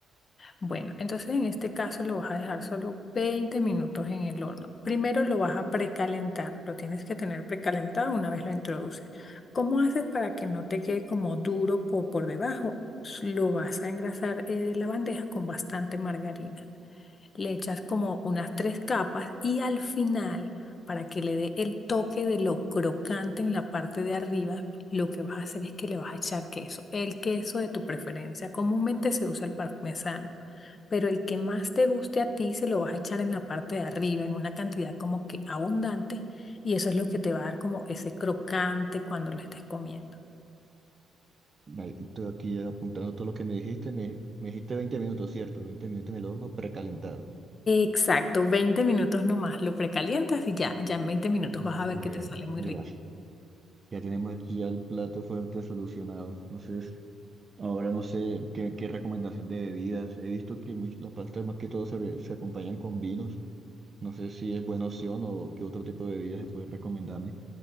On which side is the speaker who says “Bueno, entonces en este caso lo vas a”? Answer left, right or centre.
Left